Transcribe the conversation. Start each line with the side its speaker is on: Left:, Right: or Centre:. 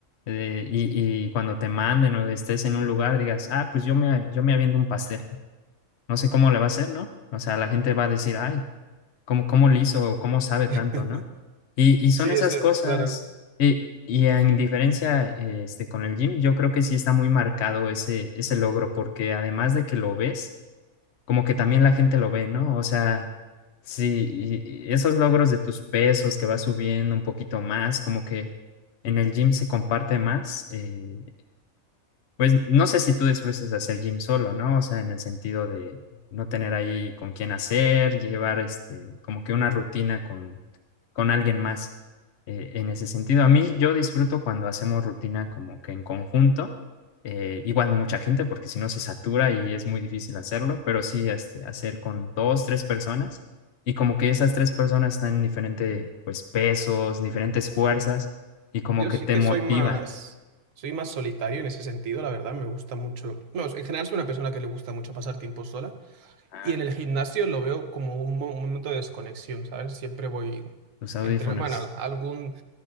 Left: Eh, y, y cuando te manden o estés en un lugar, digas, ah, pues yo me, yo me aviento un pastel. No sé cómo le va a hacer, ¿no? O sea, la gente va a decir, ay, ¿cómo, cómo le hizo? o ¿Cómo sabe
Right: <laughs>
Left: tanto, ¿no? Y, y son
Right: Sí,
Left: esas
Right: eso es,
Left: cosas.
Right: claro.
Left: Y, y en diferencia eh, este, con el gym, yo creo que sí está muy marcado ese, ese logro, porque además de que lo ves, como que también la gente lo ve, ¿no? O sea, sí, y- y esos logros de tus pesos que vas subiendo un poquito más, como que en el gym se comparte más, eh, pues no sé si tú disfrutes hacer gym solo, ¿no? O sea, en el sentido de no tener ahí con quién hacer, llevar este, como que una rutina con, con alguien más eh, en ese sentido, a mí yo disfruto cuando hacemos rutina como que en conjunto, eh, igual no mucha gente porque si no se satura y es muy difícil hacerlo, pero sí este, hacer con dos, tres personas y como que esas tres personas están en diferentes pues, pesos, diferentes fuerzas y como
Right: Yo
Left: que
Right: sí
Left: te
Right: que
Left: motiva
Right: soy más, soy más solitario en ese sentido, la verdad, me gusta mucho. No, en general soy una persona que le gusta mucho pasar tiempo sola
Left: a
Right: y en el gimnasio lo veo como un, mo- un momento de desconexión, ¿sabes? Siempre voy
Left: tus audífonos.
Right: entre, bueno, al- algún,